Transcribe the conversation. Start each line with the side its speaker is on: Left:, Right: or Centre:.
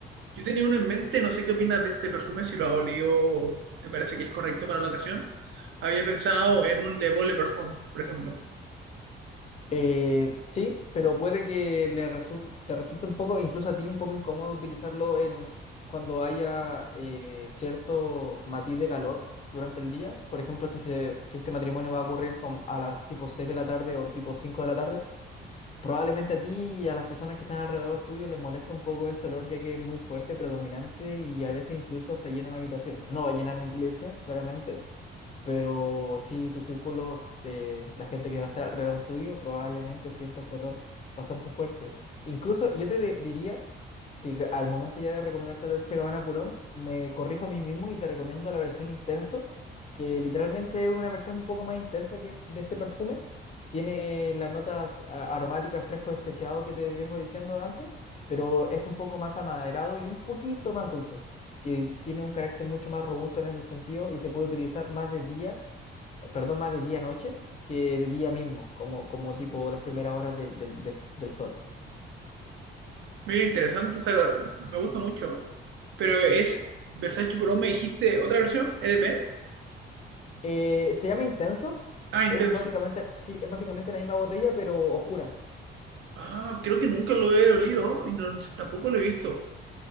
Right: Yo tenía uno en mente, no sé qué opinas de este perfume, si lo has olido, ¿te parece que es correcto para la ocasión? Había pensado en un Le Beau Le Parfum, por ejemplo.
Left: Eh, sí, pero puede que le resul- te resulte un poco, incluso a ti, un poco incómodo utilizarlo en cuando haya eh, cierto matiz de calor durante el día. Por ejemplo, si, se, si este matrimonio va a ocurrir con- a las tipo 6 de la tarde o tipo 5 de la tarde, probablemente a ti y a las personas que están alrededor tuyo les molesta un poco este olor, ya que es muy fuerte, predominante y a veces incluso hasta llena una habitación. No va a llenar una iglesia, claramente, pero sí, tu círculo de la gente que va a estar alrededor tuyo probablemente sienta este olor bastante fuerte. Incluso yo te de- diría que c- al momento ya de recomendarte el Dolce Gabbana Purón, me corrijo a mí mismo y te recomiendo la versión Intenso, que literalmente es una versión un poco más intensa que de este perfume. Tiene las notas a- aromáticas fresco especiado que te vengo diciendo antes, pero es un poco más amaderado y un poquito más dulce que tiene un carácter mucho más robusto en ese sentido y se puede utilizar más de día, perdón, más de día-noche que de día mismo, como, como tipo las primeras horas del, del, del- del sol.
Right: Mira, interesante, esa- me gusta mucho, pero es Versace Pro, me dijiste otra versión, EDP.
Left: Eh, se llama Intenso,
Right: Ah, intenso.
Left: es básicamente, sí, es básicamente la misma botella, pero oscura.
Right: Ah, creo que nunca lo he olido y no- tampoco lo he visto.